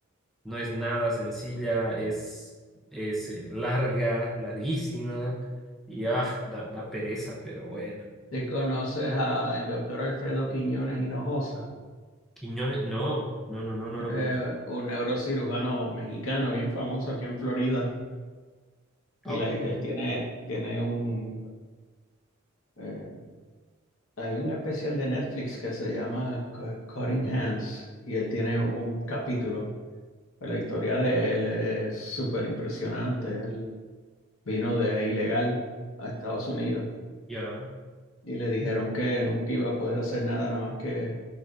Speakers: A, in the centre; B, on the left.
A: no es nada sencilla, es, es eh, larga, larguísima y ah, da, da pereza, pero bueno.
B: ¿Te conoces al doctor Alfredo Quiñones Hinojosa?
A: Quiñones, no, no, no, no, no
B: Él
A: lo
B: es
A: conozco.
B: un neurocirujano mexicano bien famoso aquí en Florida.
A: Ah,
B: Y
A: ok.
B: la- él tiene, tiene un, eh, hay un especial de Netflix que se llama Cu- Cutting Hands y él tiene un capítulo. pues La historia de él es súper impresionante. vino de ilegal a Estados Unidos
A: Ya.
B: y le dijeron que nunca iba a poder hacer nada, nada más que